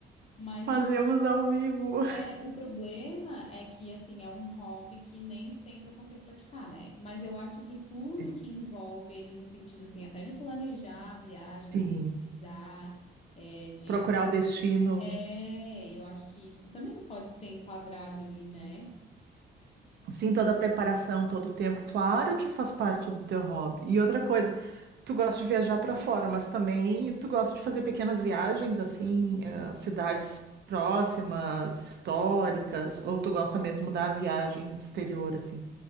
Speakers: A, on the left; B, on the right.
A: Mas,
B: fazemos
A: tipo,
B: ao vivo.
A: É, o problema é que, assim, é um hobby que nem sempre eu consigo praticar, né? Mas eu acho que tudo
B: <laughs>
A: que envolve ele no sentido, assim, até de planejar a viagem,
B: Sim.
A: de pesquisar, é, de...
B: Procurar o destino.
A: É, eu acho que isso também pode ser enquadrado ali, né?
B: Sim, toda a preparação, todo o tempo, claro que faz parte do teu hobby. E outra coisa, tu gosta de viajar para fora, mas também tu gosta de fazer pequenas viagens, assim, eh, cidades próximas, históricas, ou tu gosta mesmo da viagem exterior, assim?